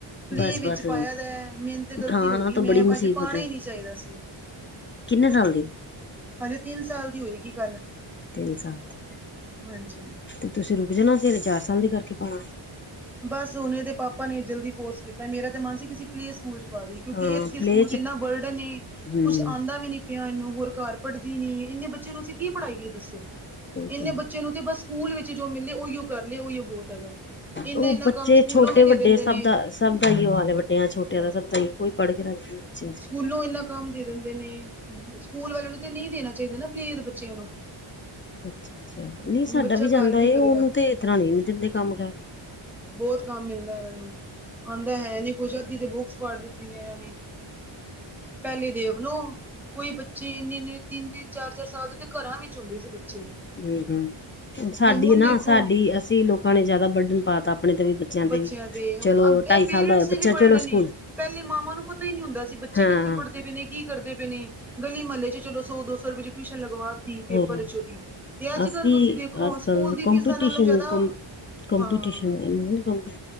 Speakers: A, in the centre; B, on the left (about 25°).
A: ਪਲੇਅ
B: ਬਸ
A: ਵਿੱਚ
B: ਬਸ
A: ਪਾਇਆ ਦਾ ਐ, ਮੈਨੂੰ ਤੇ ਗਲਤੀ
B: ਉਠਾਣਾ
A: ਲੱਗੀ
B: ਤਾਂ ਬੜੀ
A: ਮੈਂ
B: ਮੁਸੀਬਤ
A: ਅਜੇ ਪਾਣਾ
B: ਹੈ
A: ਹੀ ਨਹੀਂ ਚਾਹੀਦਾ ਸੀ।
B: ਕਿੰਨੇ ਸਾਲ ਦੀ?
A: ਹਜੇ ਤਿੰਨ ਸਾਲ ਦੀ ਹੋਏਗੀ ਕੱਲ।
B: ਤਿੰਨ ਸਾਲ ਦੀ।
A: ਹਾਂਜੀ।
B: ਤੇ ਤੁਸੀਂ ਰੁਕ ਜਾਣਾ ਸੀ, ਹਰੇ ਚਾਰ ਸਾਲ ਦੀ ਕਰਕੇ ਪਾਣਾ ਸੀ।
A: ਬਸ ਹੁਨ ਇਹਦੇ ਪਾਪਾ ਨੇ ਜਲਦੀ ਫੋਰਸ ਕੀਤਾ, ਮੇਰਾ ਤੇ ਮਨ ਸੀ ਕਿਸੇ ਪਲੇਅ ਸਕੂਲ'ਚ ਪਾਦੀਏ, ਕਿਉਂਕਿ
B: ਹਾਂ
A: ਇੱਥੇ
B: ਪਲੇ
A: ਸਕੂਲ'ਚ
B: ਚ
A: ਇੰਨਾ ਬਰਡਨ ਏ,
B: ਹਮ
A: ਕੁਛ ਆਂਦਾ ਵੀ ਨਹੀਂ ਪਿਆ ਇੰਨੂ ਹੋਰ ਘਰ ਪੜ੍ਹਦੀ ਨੀ, ਇੰਨੇ ਬੱਚੇ ਨੂੰ ਅਸੀਂ ਕੀ ਪੜ੍ਹਾਈਏ ਦੱਸੋ,
B: ਉਹੀ
A: ਇੰਨੇ
B: ਤਾਂ ਹੈ
A: ਬੱਚੇ ਨੂੰ ਤੇ ਬਸ ਸਕੂਲ ਵਿੱਚ ਜੋ ਮਿਲੇ, ਉਹੀਓ ਕਰਲੇ, ਉਹੀਓ ਬਹੁਤ ਹੈਗਾ। ਇੰਨਾ
B: ਓ
A: ਇੰਨਾ
B: ਬੱਚੇ
A: ਕੰਮ ਸਕੂਲੋਂ
B: ਛੋਟੇ-ਵੱਡੇ
A: ਵੀ ਦੇ ਦਿੰਦੇ
B: ਸਭ
A: ਨੇ
B: ਦਾ, ਸਭ ਦਾ ਏਈਓ ਹਾਲ ਏ, ਵੱਡਿਆਂ-ਛੋਟਿਆਂ
A: ਅ
B: ਦਾ ਸਭਦਾ ਈ ਕੋਈ ਪੜ੍ਹਕੇ ਰਾ ਅਛਾ
A: ਸਕੂਲੋਂ, ਇੰਨਾ ਕੰਮ ਦੇ ਦਿੰਦੇ ਨੇ, ਸਕੂਲ ਵਾਲਿਆਂ ਨੂੰ ਤੇ ਨਹੀਂ ਦੇਣਾ ਚਾਹੀਦਾ ਨਾ ਪਲੇ ਦੇ ਬੱਚਿਆਂ ਨੂੰ।
B: ਅੱਛਾ-ਅੱਛਾ, ਨਹੀਂ
A: ਹੁਣ
B: ਸਾਡਾ
A: ਬੱਚਾ
B: ਵੀ
A: ਘਰ
B: ਜਾਂਦਾ
A: ਕੀ
B: ਏ,
A: ਕਰੇਗਾ
B: ਉਹਨੂੰ ਤੇ ਇਸ ਤਰ੍ਹਾਂ ਨ ਨੀ ਦਿੰਦੇ ਕੰਮ ਕੈ
A: ਬਹੁਤ ਕੰਮ ਮਿਲਦਾ ਇਹਨਾਂ ਨੂੰ, ਆਂਦਾ ਹੈ ਨੀ ਕੁਛ ਅੱਧੀ ਤੇ ਬੁੱਕਸ ਪਾੜ ਦਿੱਤੀਆਂ ਇਹਨਾਂ ਨੇ। ਪਹਿਲੇ ਦੇਖਲੋ, ਕੋਈ ਬੱਚੇ ਇੰਨੇ-ਇੰਨੇ, ਤਿੰਨ-ਤਿੰਨ, ਚਾਰ-ਚਾਰ ਸਾਲ ਦੇ ਘਰਾਂ ਵਿੱਚ ਹੁੰਦੇ ਸੀ। ਬੱਚੇ
B: ਹੂੰ, ਹੂੰ, ਸਾਡੀ
A: ਤੇ ਹੁਣ
B: ਨਾ
A: ਦੇਖੋ
B: ਸਾਡੀ ਅਸੀਂ ਲੋਕ ਖਾਣੇ ਜ਼ਿਆਦਾ ਬਰਡਨ ਪਾਤਾ, ਆਪਣੇ ਤੇ ਵੀ।
A: ਬੱਚਿਆਂ
B: ਤੇ ਵੀ
A: ਦੇ,
B: ਚਲੋ
A: ਇਹ
B: ਢਾਈ
A: ਪੀਰੀਏਡਸ
B: ਸਾਲ ਦਾ ਹੋਇਆ
A: ਦੇ
B: ਬੱਚਾ
A: ਵੀ ਬਰਡ
B: ਚਲੋ
A: ਏ।
B: ਸਕੂਲ
A: ਪਹਿਲੇ ਮਾਵਾਂ ਨੂੰ ਪਤਾ ਹੀ ਨਹੀਂ ਹੁੰਦਾ ਸੀ, ਬੱਚੇ
B: ਹਾਂ
A: ਕਿੱਥੇ ਪੜ੍ਹਦੇ ਪਏ ਨੇ, ਕਿ ਕਰਦੇ ਪਏ ਨੇ, ਗਲੀ ਮਹੱਲੇ ਚਲੋ ਸੋ-ਦੋ ਸੌ ਰੁਪਏ'ਚ ਟਿਊਸ਼ਨ ਲਗਵਾ ਪੇਪਰ'ਚੋਂ
B: ਹੋਰ
A: ਵੀ, ਤੇ ਅੱਜ-ਕੱਲ
B: ਅਸੀਂ
A: ਤੁਸੀਂ ਦੇਖੋ,
B: ਅੱਜ ਕੱਲ
A: ਸਕੂਲ ਦੀ
B: ਕੰਪੀਟੀਸ਼ਨ
A: ਫੀਸਾਂ ਨਾਲੋਂ ਜ਼ਿਆਦਾ
B: ਕੰ ਕੰਪੀਟੀਸ਼ਨ,
A: ਹਾਂ
B: ਇਹਨਾ ਕੰਪੀ